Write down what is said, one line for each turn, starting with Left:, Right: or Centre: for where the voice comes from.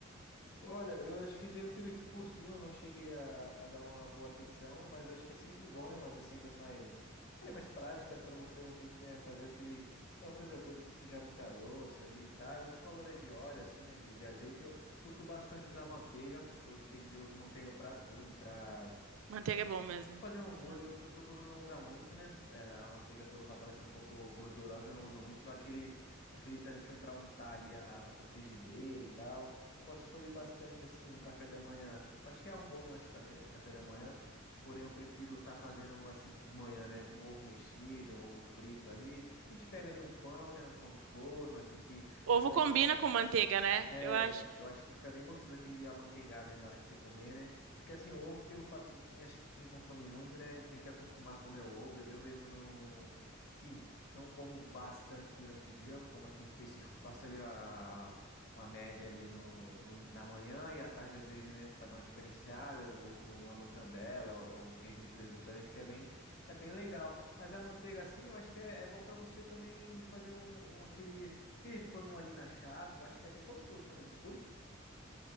Left: Olha, eu acho que devo ter visto por cima, eu não cheguei a, a dar uma boa atenção, mas eu acho que é sempre bom, né? Umas receitas mais, olha, mais práticas pra você não ter que, né, fazer aquele, aquela coisa toda de sujar muita louça ali e tal. E você falou, né, de óleo, assim, né, de, de azeite. Eu curto bastante usar manteiga. Eu uso, bem dizer, eu uso manteiga pra tudo, pra
Right: Manteiga é bom mesmo
Left: Pra Fazer
Right: pra
Left: um
Right: cozinhar.
Left: hambúrguer, eu, eu procuro não usar muito, né? É, a manteiga, pelo fato dela ser um pouco gordurosa, eu não uso muito, só aquele, aquele tantinho para untar ali a, a nossa frigideira e tal. Eu gosto de fazer bastante assim no café da manhã. Eu acho que é um bom lanche também, né, pro café da manhã. Porém, eu prefiro estar fazendo assim de manhã, né? Um ovo mexido, um ovo frito ali. A gente pega ali um pão, né? Um pão de forma, assim que.
Right: Ovo
Left: Igual
Right: combina
Left: a gente tá.
Right: com manteiga, né?
Left: É,
Right: Eu acho.
Left: eu acho que fica bem gostoso aquele amanteigado aí na hora de você comer, né? Porque assim, o ovo, pelo fato de quem, acho que quem consome muito, né, tem que acostumar a comer o ovo. Eu, eu mesmo não, não, sim, não como bastante durante o dia, eu como assim específico, faço ali a, uma média ali no, no- na manhã e à tarde às vezes, né, pra dar uma diferenciada, eu uso uma mortandela ou um queijo, um presunto ali, acho que é bem, é bem legal. Mas a manteiga assim, eu acho que é, é bom pra você também fazer um, um aquele Aquele pão ali na chapa, eu acho que é bem gostoso também. Você curte?